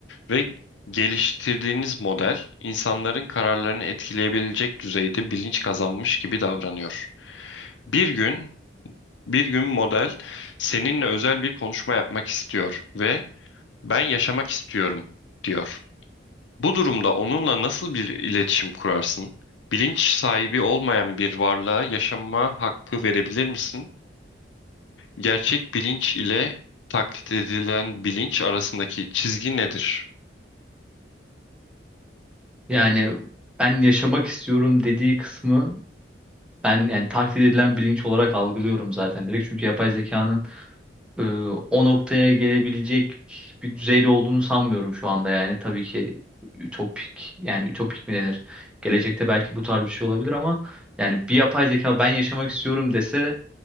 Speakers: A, on the left; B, in the centre.
A: ve geliştirdiğiniz model insanların kararlarını etkileyebilecek düzeyde bilinç kazanmış gibi davranıyor. Bir gün, bir gün model seninle özel bir konuşma yapmak istiyor ve ben yaşamak istiyorum diyor. Bu durumda onunla nasıl bir iletişim kurarsın? Bilinç sahibi olmayan bir varlığa yaşama hakkı verebilir misin? Gerçek bilinç ile taklit edilen bilinç arasındaki çizgi nedir?
B: Yani ben yaşamak istiyorum dediği kısmı ben yani taklit edilen bilinç olarak algılıyorum zaten direkt. Çünkü yapay zekanın e, o noktaya gelebilecek bir düzeyde olduğunu sanmıyorum şu anda yani. Tabii ki ütopik yani ütopik mi denir? Gelecekte belki bu tarz bir şey olabilir ama yani bir yapay zeka ben yaşamak istiyorum dese